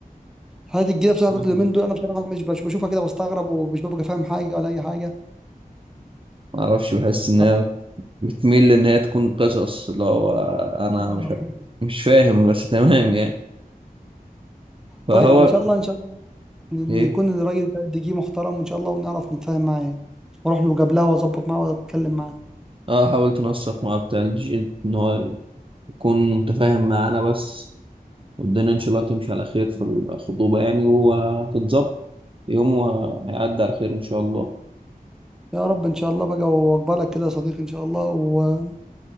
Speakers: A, in the centre; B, on the right (about 35°).
A: هذه الجديده بصراحه
B: ما
A: بتاعت اليومين دول انا بصراحه مش بش- بشوفها كده بستغرب ومش ببقى فاهم حاجه ولا اي حاجه
B: اعرفش بحس ان
A: ف...
B: هي بتميل ان هي تكون قصص اللي هو انا
A: آه.
B: مش مش فاهم بس تمام يعني فهو
A: طيب ان شاء الله ان شاء الله ن-
B: ايه
A: نكون الراجل بتاع الدي جي محترم ان شاء الله ونعرف نتفاهم معاه يعني. واروح له قبلها واظبط معاه واتكلم معاه
B: اه حاولت نوثق مع بتاع الجي ان هو يكون متفاهم معانا بس والدنيا ان شاء الله تمشي على خير في الخطوبة يعني وهتتظبط يوم وهيعدي على خير ان شاء الله
A: يا رب ان شاء الله بقى واقبلك كده يا صديقي ان شاء الله و...